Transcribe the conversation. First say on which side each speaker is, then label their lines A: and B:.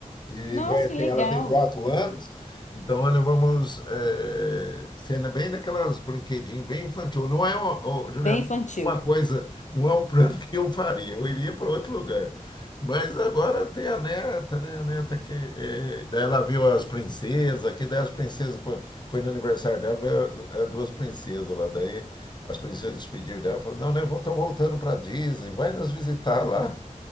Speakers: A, on the left (about 35°); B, on the left (about 65°).
A: E
B: Nossa,
A: vai assim,
B: que legal.
A: ela tem quatro anos, então nós vamos eh, sendo bem naquelas brinquedinhos bem infantil. Não é uma, ô,
B: Bem
A: Juliana,
B: infantil.
A: uma coisa, não é um plano <laughs> que eu faria, eu iria para outro lugar. Mas agora tem a neta, né? A neta que eh, daí ela viu as princesas, que daí as princesas, quando foi no aniversário dela, veio as duas princesas lá. Daí as princesas despediram dela, falaram, não, né? Estão voltando para Disney, vai nos visitar lá.